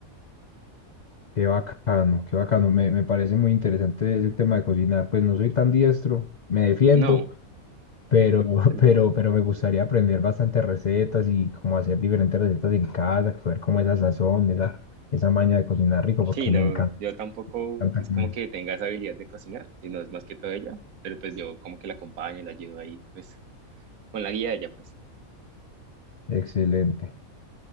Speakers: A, on the left; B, on the right.
A: Qué bacano, qué bacano. Me, me parece muy interesante el tema de cocinar. Pues no soy tan diestro, me defiendo,
B: No,
A: pero, <laughs>
B: eh,
A: pero, pero me gustaría aprender bastantes recetas y cómo hacer diferentes recetas en casa, ver cómo esa sazón, esa, esa maña de cocinar rico, porque
B: sí, no,
A: me encanta,
B: yo tampoco
A: me encanta
B: es
A: comer.
B: como que tenga esa habilidad de cocinar, sino es más que todo ella, pero pues yo como que la acompaño, la ayudo ahí, pues con la guía de ella, pues.
A: Excelente.